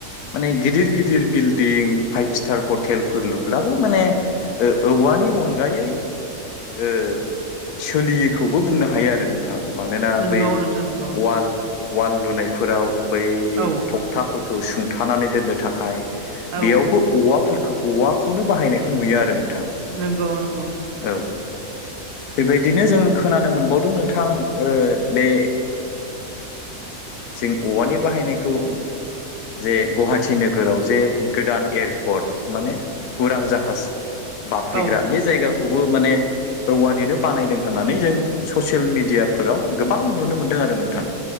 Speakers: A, on the left; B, on the right.
A: माने गिदिर गिदिर बिल्डिं फाइभ स्टार हटेलफोर लुब्लाबो माने औवानि नि अनगायै ओ सोलियै खौबो बुंनो हायो आरो नोंथां मानोना
B: नंगौ
A: बै
B: नोंथां नंगौ
A: अवाल अवाल लुनायफोराव बै
B: औ
A: थखथाफोरखौ सुंथानानै दोननो थाखाय
B: औ
A: बेयावबो औवाफोरखौ औवाखौनो बाहायनायखौ नुयो आरो नोंथां।
B: नंगौ नंगौ
A: औ बेबायदिनो जों खोनानो मोनबावदों नोंथां ओ बे जों औवानि बाहायनायखौ जे गुवाहाटि नोगोराव जे गोदान एयारपर्ट माने उरां जाहाज बाफैग्रा
B: औ
A: बे जायगा खौबो माने औवानिनो बानायदों होननानै जों ससियेल मिडियाफोराव गोबां नुनो मोनदों। आरो नोंथां